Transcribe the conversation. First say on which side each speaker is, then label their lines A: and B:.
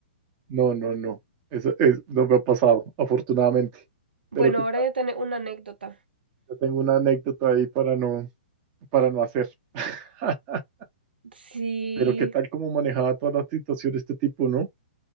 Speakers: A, on the right; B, on the right.
A: no, no, no. Eso es, no me ha pasado, afortunadamente. Pero
B: Bueno,
A: qué
B: ahora
A: tal.
B: ya tenés una anécdota.
A: Yo tengo una anécdota ahí para no, para no hacer. <laughs>
B: Sí,
A: Pero qué tal como manejaba toda la situación de este tipo, ¿no?